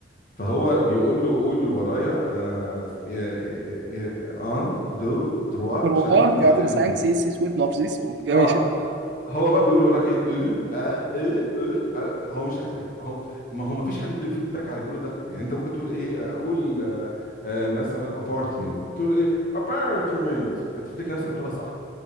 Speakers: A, on the left (about 50°); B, on the right (about 75°).
A: فهو بيقول له قول ورايا آه إيه- إيه- إيه- ان دو تروا
B: والله
A: مش عارف ايه اللي
B: كادر
A: عدى بالانجليزي
B: ساينس سيس ويت نوف سيس ماشي
A: اه هو بقى بيقول وراه ايه اه اه اه اه آه. هو مش عارف ما هو ما هو ما فيش حد بيديله فيدباك على اللي بيقوله ده يعني انت ممكن تقول ايه آه، قول آه آه مثلا ابارتمنت تقول ايه ابارتمنت فتفتكر نفسك بتقولها صح